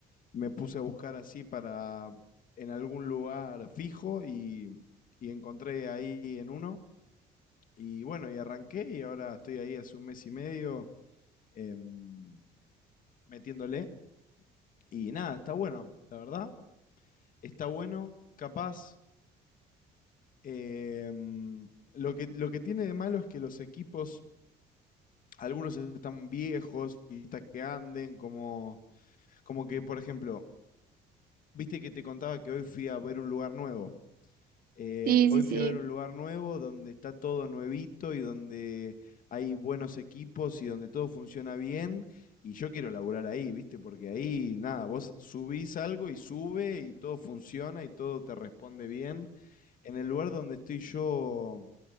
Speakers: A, on the left; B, on the right.
A: me puse a buscar así para en algún lugar fijo y, y encontré ahí en uno. Y bueno, y arranqué y ahora estoy ahí hace un mes y medio em, metiéndole. Y nada, está bueno, la verdad. está bueno, capaz. em, lo que, lo que tiene de malo es que los equipos, algunos están viejos y está que anden, como, como que, por ejemplo, viste que te contaba que hoy fui a ver un lugar nuevo. Eh,
B: Sí,
A: hoy
B: sí, sí.
A: fui a ver un lugar nuevo donde está todo nuevito y donde hay buenos equipos y donde todo funciona bien. Y yo quiero laburar ahí, ¿viste? Porque ahí, nada, vos subís algo y sube y todo funciona y todo te responde bien. En el lugar donde estoy yo